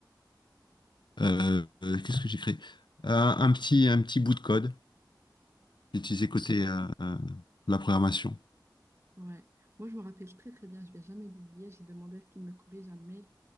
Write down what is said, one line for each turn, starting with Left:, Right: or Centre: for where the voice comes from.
Left: Euh, euh, qu'est-ce que j'ai créé? Un, un petit, un petit bout de code. C'est utilisé côté euh, euh, la programmation.
Right: Ouais. Moi, je me rappelle très très bien, je vais jamais l'oublier. J'ai demandé à ce qu'il me corrige un mail